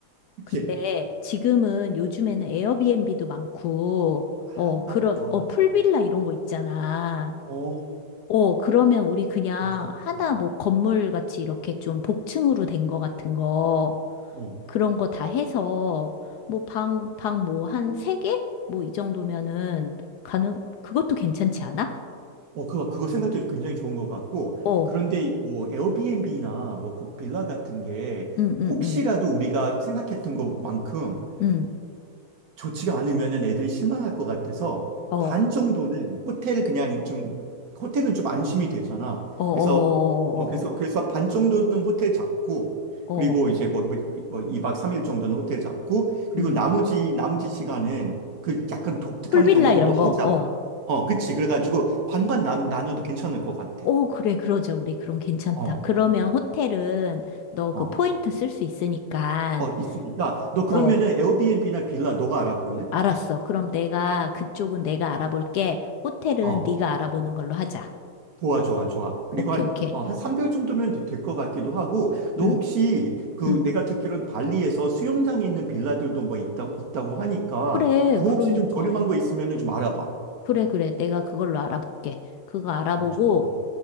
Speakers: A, on the right (about 60°); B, on the left (about 70°).
A: 그치?
B: 근데 지금은 요즘에는 에어비앤비도 많고,
A: 아,
B: 어,
A: 맞다.
B: 그런, 어, 풀빌라 이런 거 있잖아.
A: 어,
B: 어, 그러면 우리 그냥
A: 괜찮겠다.
B: 하나 뭐 건물 같이 이렇게 좀 복층으로 된 거 같은 거.
A: 어,
B: 그런 거 다 해서 뭐 방, 방 뭐 한 세 개? 뭐 이 정도면은 가능, 그것도 괜찮지 않아?
A: 어, 그거, 그거 생각도 굉장히 좋은 것 같고,
B: 어,
A: 그런데 뭐 에어비앤비나 뭐 그 빌라 같은 게
B: 응, 응,
A: 혹시라도
B: 응,
A: 우리가 생각했던 것만큼
B: 응,
A: 좋지가 않으면은 애들이 실망할 것 같아서
B: 어, 어,
A: 반 정도는 호텔 그냥 좀 호텔은 좀 안심이 되잖아.
B: 어, 어,
A: 그래서 어 그래서
B: 어,
A: 그래서 반 정도는 호텔 잡고
B: 어,
A: 그리고
B: 어,
A: 이제 뭐 뭐 뭐 이 2박 3일 정도는 호텔 잡고 그리고
B: 응.
A: 나머지 나머지 시간은 그 약간 독특한
B: 풀빌라
A: 경험도
B: 이런
A: 하자.
B: 거, 어.
A: 어, 그치. 그래가지고 반반 나, 나눠도 괜찮을 것 같아.
B: 오, 그래, 그러자, 우리. 그럼 괜찮다.
A: 어.
B: 그러면 호텔은 너
A: 어.
B: 그 포인트 쓸 수 있으니까,
A: 어, 있으니까 너 그러면은
B: 어,
A: 에어비앤비나 빌라 너가 알아볼래?
B: 알았어. 그럼 내가, 그쪽은 내가 알아볼게. 호텔은
A: 어.
B: 네가 알아보는 걸로 하자.
A: 좋아, 좋아, 좋아. 그리고
B: 오케이,
A: 한,
B: 오케이.
A: 어, 한 3개월 정도면 될 것 같기도 하고, 너
B: 응,
A: 혹시 그
B: 응.
A: 내가 듣기로는 발리에서 수영장이 있는 빌라들도 뭐 있다, 있다고 하니까,
B: 그래,
A: 그거
B: 그러니까.
A: 혹시 좀 저렴한 거 있으면 좀 알아봐.
B: 그래, 그래. 내가 그걸로 알아볼게. 그거 알아보고,
A: 음, 좋다.